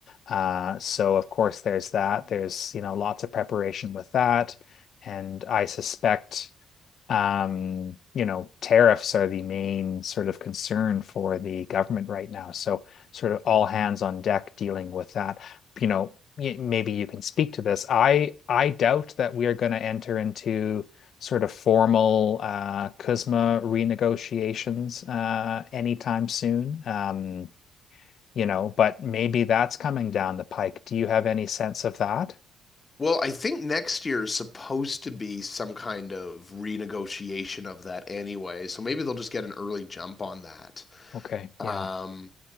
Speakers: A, on the left; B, on the left.
A: Uh, so of course there's that. There's, you know, lots of preparation with that. And I suspect um, you know, tariffs are the main sort of concern for the government right now. So, sort of all hands on deck dealing with that. You know, y- maybe you can speak to this. I I doubt that we are going to enter into sort of formal uh, CUSMA renegotiations uh, anytime soon. Um, you know, but maybe that's coming down the pike. Do you have any sense of that?
B: Well, I think next year is supposed to be some kind of renegotiation of that anyway, so maybe they'll just get an early jump on that.
A: Okay,
B: Um,
A: yeah.